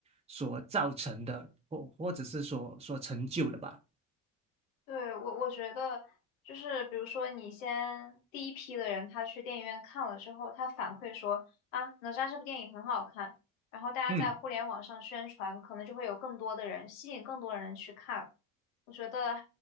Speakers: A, on the right; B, on the left.
A: 所造成的，或或者是所所成就的吧。
B: 对，我我觉得就是，比如说你先第一批的人，他去电影院看了之后，他反馈说啊，哪吒这部电影很好看，然后大家在互联网上宣传，
A: 嗯，
B: 可能就会有更多的人吸引更多的人去看。我觉得，